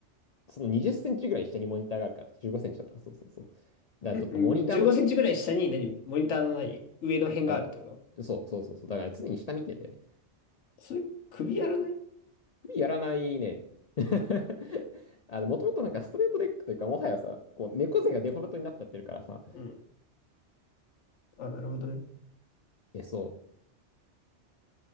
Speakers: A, on the left; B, on the left.
A: その20センチぐらい下にモニターがあるから、15センチとか、そうそうそう。だからちょっとモニターの、
B: んん15センチぐらい下に何モニターの何上の辺があるってこと
A: あの、そうそうそうそう、だから常に下見てんだよね。
B: それ、首やらない
A: 首やらないね。<laughs> あの、もともとなんかストレートレッグというか、もはやさ、こう、猫背がデフォルトになっちゃってるからさ、
B: うん。あ、なるほどね。
A: え、そう。